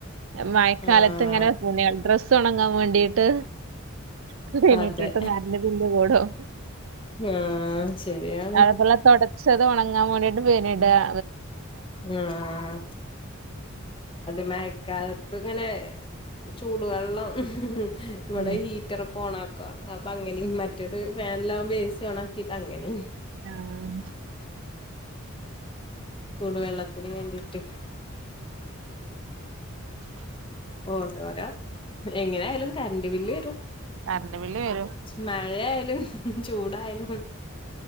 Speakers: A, on the right (about 65°); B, on the left (about 25°).
A: മഴക്കാലത്ത്
B: ആഹ്
A: ഇങ്ങനെ തുണികൾ ഡ്രസ്സ് ഒണങ്ങാൻ വേണ്ടീട്ട് ഫാനിട്ടിട്ടും
B: അതെ
A: കാര്യമില്ല ബില്ല് കൂടും
B: ആഹ് ശരിയാ
A: അതേപോലെ തൊടച്ചത് ഒണങ്ങാൻ വേണ്ടിട്ടും ഫാനിടുകയാ
B: ആഹ് അത് മയക്കാലത്ത് ഇങ്ങനെ ചൂടുവെള്ളം ഇവിടെ
A: ഉം
B: ഹീറ്ററൊ ഓണാക്ക അപ്പങ്ങനിം മറ്റത് വേൻലാകുമ്പോ എ സി ഓണക്കിട്ടങ്ങനിം
A: ആഹ്
B: ചൂടുവെള്ളത്തിന് വേണ്ടിട്ട് ഓരോരോ എങ്ങനെയാലും കരന്റ് ബില്ല് വരും
A: കരന്റ്ബില്ല് വരും
B: മഴയാലുംചൂടായാലും